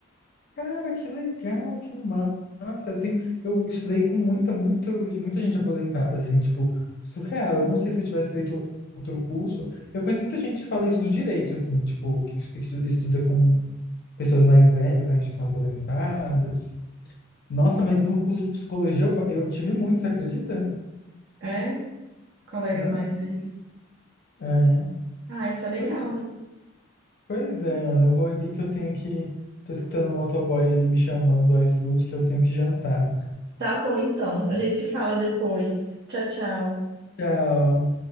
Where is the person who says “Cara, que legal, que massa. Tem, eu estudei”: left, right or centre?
Left